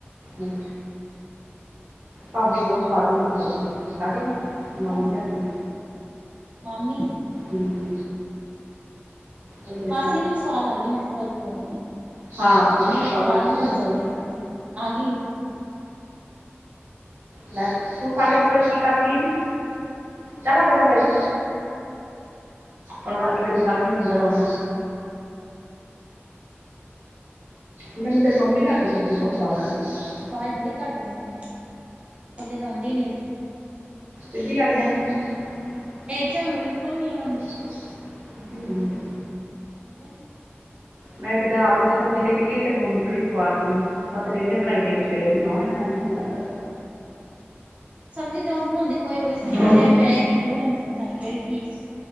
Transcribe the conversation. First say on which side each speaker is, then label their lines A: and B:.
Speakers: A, on the right; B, on the right.
A: ਅੱਛਾ। ਭਾਬੀ ਬੋਤ ਸਵਾਦ ਬਣਾਉਦੀ ਸਬਜ਼ੀ ਖਾਦੀ ਨਾ।
B: ਕਿਹੜੀ
A: ਮੰਮੀ
B: ਭਾਬੀ
A: ਤੁਆਡੀ
B: ਮਾਮੀ
A: ਹੂੰ ਉਹ ਬੜੀ
B: ਮਾਸੀ ਦੀ ਵੀ ਸਵਾਦ ਲੱਗਦੀੋ ਮਿਕਸ ਵੈਜ਼ ਪਰੋਲੀ ਦੀ।
A: ਹਾਂ ਉਹਦੀ
B: ਸਵਾਦ
A: ਲੱਗਦੀ
B: ਬਣਾਉਂਦੀ
A: ਆ
B: ਸਬਜ਼ੀ
A: ਰੋਵਾ
B: ਤੇ ਰੋਟੀ ਆ ਗਈ ਓ।
A: ਲੈ, ਤੂੰ ਸਾਡੇ ਕਮਰੇ ਚ ਕੀ ਕਰਦੀ ਐ ਨੀ, ਚੱਲ ਆਪਦੇ ਕਮਰੇ ਚ। ਹੁਣ ਵਾਰੀ -ਵਾਰੀ ਸਾਰੀਆਂ ਨੇ ਅੰਦਰ ਆਉਣਾ। ਮੈਨੂੰ ਤੇਰੀ ਮੰਮੀ ਦੇ ਹੱਥ ਦੀ ਸਬਜ਼ੀ ਬੋਤ ਸਵਾਦ ਲੱਗਦੀ ਐ।
B: ਆਵਾਜ਼ ਬੜੀ ਘੱਟ ਆਓਂਦੀ ਨਾ, ਤੁਆਡੀ ਤਾਂ ਆਉਂਦੀ ਨੀ ਇਹਦੇ ਚੋਂ।
A: ਸਿੱਧੀ ਆਈ ਜਾਂਦੀ ਆਂ ਨਾਂ,
B: ਇਹ ਚੋਂ ਬਿਲਕੁਲ ਨੀ ਆਉਂਦੀ
A: ਸਿੱਧੀ
B: ਤੇ
A: ਆਉਣ ਦੇ।
B: ਬੋਲੇ ਹਮ।
A: ਮੈਂ ਇੱਕ ਦਿਨ ਆਲੂ ਦੀ ਸਬਜ਼ੀ ਲੈ ਕੇ ਗਈ ਤੇਰੀ ਮੰਮੀ ਬੜੀ ਸਵਾਦ ਸੀਗੀ ਪਤਾ ਨੀ ਏਨੇ ਬਣਾਈ। ਇਹਦੀ ਛੜੇ ਨੂੰ ਬਣਾਈਆਂ ਹੁਣੇ ਲਗਦਾ
B: ਸਬਜ਼ੀ ਤਾਂ ਉਹ ਬਣਾਉਂਦੀ ਕੋਈ -ਕੋਈ ਸਬਜੀ
A: ਬੜੀ
B: ਵਧੀਆ ਮੈਂ ਇੱਕ ਵਾਰੀ ਬਣਾਈ ਸੀ ਪਤਾ ਨੀ ਕਿਹੜੀ ਠੀਕ ਸੀ।